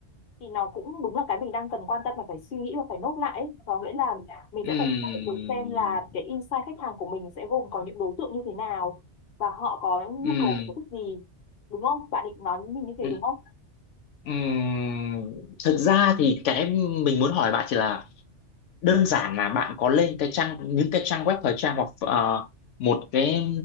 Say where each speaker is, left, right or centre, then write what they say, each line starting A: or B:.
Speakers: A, on the left; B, on the left.
A: thì nó cũng đúng là cái mình đang cần quan tâm và phải suy nghĩ và phải nốt lại ấy. có nghĩa là mình
B: ừm,
A: sẽ phải xác định được xem là cái insight khách hàng của mình sẽ gồm có những đối tượng như thế nào và họ có nhu
B: ừm,
A: cầu và sở thích gì đúng không bạn định nói với mình như thế
B: ừm,
A: đúng không
B: ừm, thực ra thì cái mình muốn hỏi bạn chỉ là đơn giản là bạn có lên cái trang những cái trang web thời trang hoặc ờ, một cái